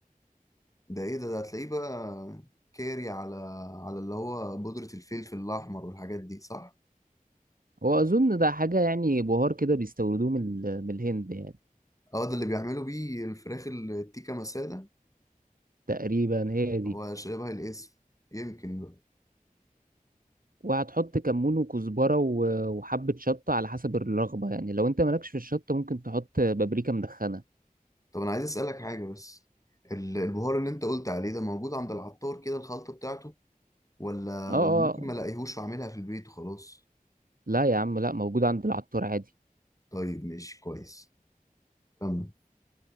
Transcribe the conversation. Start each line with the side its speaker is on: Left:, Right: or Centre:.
Left: ده إيه ده ده هتلاقيه بقى كاري على على اللي هو بودرة الفلفل الأحمر والحاجات دي صح
Right: هو اظن ده حاجة يعني بهار كده بيستوردوه من ال- من الهند يعني
Left: اه ده اللي بيعملوا بيه الفراخ التيكا مسالة
Right: تقريبا هي دي
Left: هو شبه الاسم يمكن بقى
Right: وهتحط كمون وكزبرة و- وحبة شطة على حسب الرغبة يعني لو انت مالكش في الشطة ممكن تحط بابريكا مدخنة
Left: طب انا عايز اسألك حاجة بس ال- البهار اللي انت قلت عليه ده موجود عند العطار كده الخلطة بتاعته ولا
Right: اه
Left: ولا
Right: اه
Left: ممكن ما الاقيهوش واعملها في البيت وخلاص
Right: لا يا عم لا موجود عند العطار عادي
Left: طيب ماشي كويس كمل